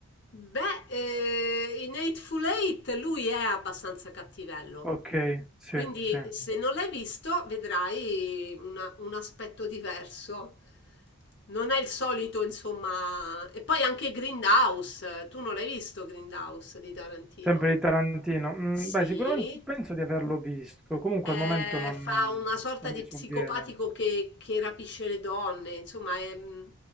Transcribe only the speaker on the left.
Beh, eh, in Eightful Eight lui è abbastanza cattivello,
quindi
se non l'hai visto vedrai una- un aspetto diverso. Non è il solito, insomma. E poi anche Grindhouse, tu non l'hai visto Grindhouse di Tarantino?
Sì.
Eh,
fa
una sorta
di
psicopatico che, che rapisce le donne, insomma, è mm,